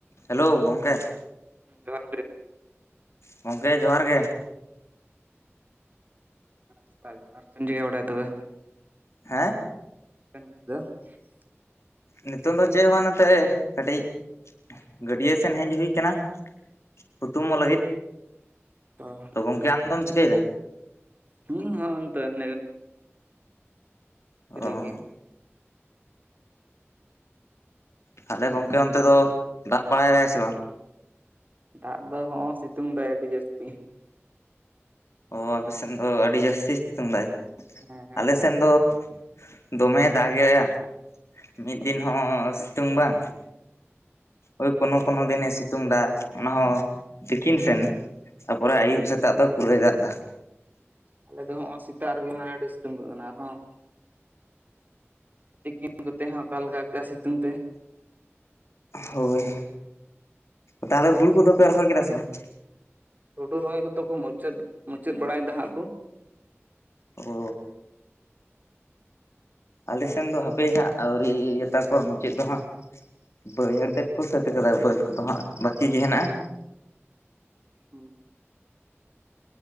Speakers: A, on the left (about 70°); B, on the right (about 40°).
A: ᱦᱮᱞᱳ ᱜᱚᱝᱠᱮ᱾
B: ᱡᱚᱦᱟᱨ ᱜᱮ᱾
A: ᱜᱚᱝᱠᱮ ᱡᱚᱦᱟᱨ ᱜᱮ᱾
B: <inaudible> <inaudible> ᱪᱮᱫ ᱮᱢ ᱪᱤᱠᱟᱹ ᱵᱟᱲᱟᱭ ᱛᱚᱵᱮ?
A: ᱦᱮᱸ
B: <inaudible>
A: ᱱᱤᱛᱚᱝ ᱫᱚ ᱪᱮᱫ ᱦᱚᱵᱟᱝ ᱱᱚᱛᱮ ᱠᱟᱹᱴᱤᱡ ᱜᱟᱹᱰᱭᱟᱹ ᱥᱮᱱ ᱦᱮᱡ ᱦᱩᱭ ᱠᱟᱱᱟ, ᱦᱩᱛᱩᱢᱚᱜ ᱞᱟᱹᱜᱤᱫ᱾
B: ᱚ
A: ᱛᱚ ᱜᱚᱝᱠᱮ ᱟᱢᱫᱚᱢ ᱪᱤᱠᱟᱹᱭ ᱮᱫᱟ?
B: ᱤᱧ ᱦᱚᱸ ᱚᱱᱛᱮ᱾ <inaudible>
A: ᱚ
B: ᱨᱮᱜᱮ
A: ᱛᱟᱦᱚᱞᱮ ᱜᱚᱝᱠᱮ ᱚᱱᱛᱮ ᱫᱚ ᱫᱟᱭ ᱵᱟᱲᱟᱭ ᱫᱟᱭ ᱥᱮ ᱵᱟᱝ?
B: ᱫᱟᱜ ᱫᱚ ᱦᱚᱸᱜᱚ ᱥᱤᱛᱩᱝ ᱫᱟᱭ ᱟᱹᱰᱤ ᱡᱟᱹᱥᱛᱤ᱾
A: ᱚ ᱟᱯᱮ ᱥᱮᱱ ᱫᱚ ᱟᱹᱰᱤ ᱡᱟᱹᱥᱛᱤ ᱥᱤᱛᱩᱝ ᱫᱟᱭ ᱟᱞᱮᱥᱮᱫ?
B: ᱦᱮᱸ ᱦᱮᱸ
A: ᱟᱞᱮ ᱥᱮᱱ ᱫᱚ ᱫᱚᱢᱮᱭ ᱫᱟᱜᱮᱜᱼᱟ ᱢᱤᱫ ᱫᱤᱱ ᱦᱚᱸ ᱥᱤᱛᱩᱝ ᱵᱟᱝ ᱳᱭ ᱠᱳᱱᱳ ᱠᱳᱱᱳ ᱫᱤᱱᱮ ᱥᱤᱛᱩᱝ ᱫᱟ ᱚᱱᱟ ᱦᱚᱸ ᱛᱤᱠᱤᱱ ᱥᱮᱱ᱾ ᱛᱟᱯᱚᱨᱮ ᱟᱭᱩᱵ ᱥᱮᱛᱟᱜ ᱫᱚ ᱯᱩᱨᱟᱹᱭ ᱫᱟᱜ ᱫᱟ᱾
B: ᱟᱞᱮ ᱫᱚ ᱦᱚᱸᱜᱼᱚᱭ ᱥᱮᱛᱟᱜ ᱨᱮᱜᱮ ᱢᱟᱱᱮ ᱟᱹᱰᱤ ᱥᱤᱛᱩᱝ ᱠᱟᱜ ᱠᱟᱱᱟ ᱟᱨᱦᱚᱸ ᱛᱤᱠᱤᱱ ᱠᱚᱛᱮ ᱦᱟᱜ ᱚᱠᱟᱞᱮᱠᱟ ᱠᱟᱜᱼᱟ ᱥᱤᱛᱩᱝ ᱛᱮ
A: ᱦᱳᱭ ᱛᱟᱦᱚᱞᱮ ᱦᱩᱲᱩ ᱠᱚᱫᱚ ᱯᱮ ᱨᱚᱦᱚᱭ ᱠᱮᱫᱟ ᱥᱮ ᱵᱟᱝ?
B: ᱦᱩᱲᱩ ᱨᱚᱦᱚᱭ ᱠᱚᱫᱚ ᱠᱚ ᱢᱩᱪᱟᱹᱫ ᱢᱩᱪᱟᱹᱫ ᱵᱟᱲᱟᱭ ᱫᱟ ᱦᱟᱸᱜ ᱠᱩ᱾
A: ᱚ ᱟᱞᱮᱥᱱ ᱫᱚ ᱦᱟᱯᱮ ᱦᱟᱸᱜ ᱟᱹᱣᱨᱤ ᱟᱛᱟ ᱠᱚᱣᱟ ᱢᱩᱪᱟᱹᱫ ᱫᱚ ᱦᱟᱸᱜ᱾ ᱵᱟᱹᱭᱦᱟᱹᱲ ᱛᱮᱫ ᱠᱚ ᱥᱟᱹᱛ ᱠᱚᱫᱚ ᱵᱟᱹᱫ ᱠᱚᱫᱚ ᱦᱟᱸᱜ ᱵᱟᱹᱠᱤ ᱜᱮ ᱦᱮᱱᱟᱜᱼᱟ᱾
B: ᱦᱩᱸ᱾